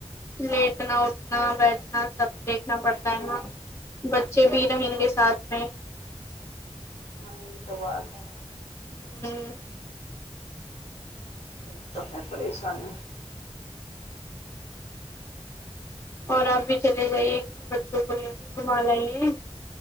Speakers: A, on the left; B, on the left.
A: लेटना उठना बैठना सब देख देखना पड़ता है
B: हम्म,
A: न बच्चे भी रहंगे साथ में
B: हँ ई त बात है
A: हू
B: यहि तो है परेशान
A: आऔर आप भी चलै जाइए कि बच्चो को लेके घुमा लइए